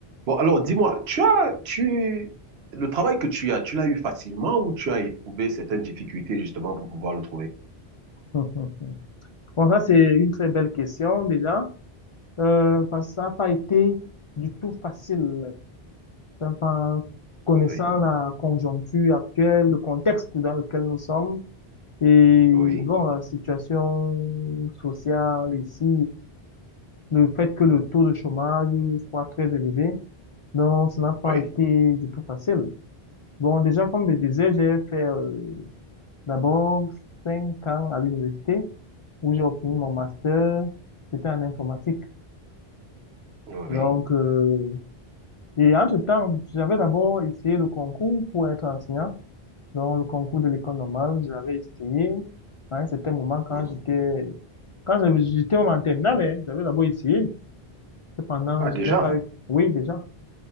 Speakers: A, on the right; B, on the left.
A: Bon, alors dis-moi, tu as, tu, le travail que tu as, tu l'as eu facilement ou tu as éprouvé certaines difficultés justement pour pouvoir le trouver?
B: Hum. Bon, ça, c'est une très belle question déjà, euh, parce que ça n'a pas été du tout facile. Enfin, par- connaissant
A: Oui,
B: la conjoncture actuelle, le contexte dans lequel nous sommes et
A: oui,
B: bon, la situation sociale ici le fait que le taux de chômage soit très élevé. Donc, ça n'a pas
A: oui,
B: été du tout facile. Bon, déjà, comme je disais, j'ai fait euh, d'abord cinq ans à l'université où j'ai obtenu mon master. C'était en informatique.
A: oui.
B: Donc, euh, et entre-temps, j'avais d'abord essayé le concours pour être enseignant. Donc, le concours de l'école normale, j'avais essayé. Hein, c'était un moment quand
A: Mhm.
B: j'étais, quand j'avais- j'étais même en terminale, hein, j'avais d'abord essayé. Cependant,
A: Ah,
B: je
A: déjà,
B: ne l'ai pas eu. Oui, déjà.